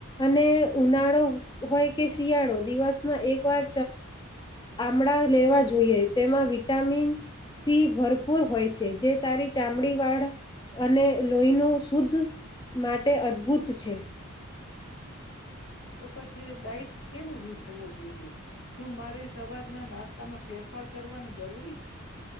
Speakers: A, on the left; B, on the left.
A: અને ઉનાળો હોય કે શિયાળો દિવસમાં એક જ વાર આમળા લેવા જો જોઈએ તેમાં વિટામિન સી ભરપૂર હોય છે જે તારી ચામડી, વાળ અને લોહીનું શુદ્ધ માટે અદભુત છે.
B: તો પછી ડાઇટ કેવું હોવો જોઈએ? શું મારે સવારના નાસ્તામાં ફેરફાર કરવાનો જરૂરી છે?